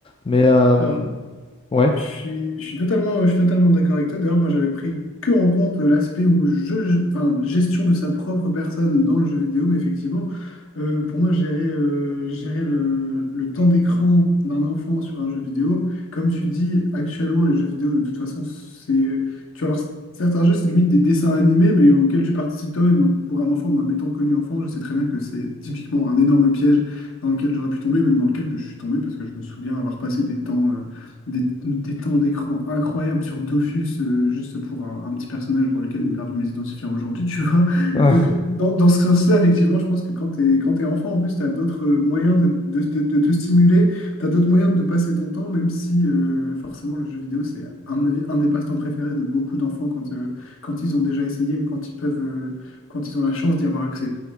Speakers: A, on the left; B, on the left.
A: Mais euh,
B: Alors,
A: ouais.
B: Je
A: <laughs>
B: suis, je suis totalement, je suis totalement d'accord avec toi. D'ailleurs, moi, j'avais pris que en compte euh, l'aspect où je, enfin, gestion de sa propre personne dans le jeu vidéo, mais effectivement, euh, pour moi, gérer, euh, gérer le, le temps d'écran d'un enfant sur un jeu vidéo, comme tu dis, actuellement, les jeux vidéo, de toute façon, c'est, tu vas voir, certains jeux, c'est limite des dessins animés, mais auxquels tu participes toi-même. Donc, pour un enfant, moi, m'étant connu enfant, je sais très bien que c'est typiquement un énorme piège dans lequel j'aurais pu tomber, même dans lequel je suis tombé, parce que je me souviens avoir passé des temps. euh, des, des temps d'écran incroyables sur Dofus, euh, juste pour un, un petit personnage pour lequel j'ai perdu mes identifiants aujourd'hui, tu vois.
A: Ouais.
B: Donc, dans, dans ce sens-là, effectivement, je pense que quand t'es, quand t'es enfant, en plus, t'as d'autres euh, moyens de, de, te de te stimuler, t'as d'autres moyens de passer ton temps, même si, euh, forcément, le jeu vidéo, c'est, à mon avis, un des passe-temps préférés de beaucoup d'enfants quand, euh, quand ils ont déjà essayé, mais quand ils peuvent, euh, quand ils ont la chance d'y avoir accès.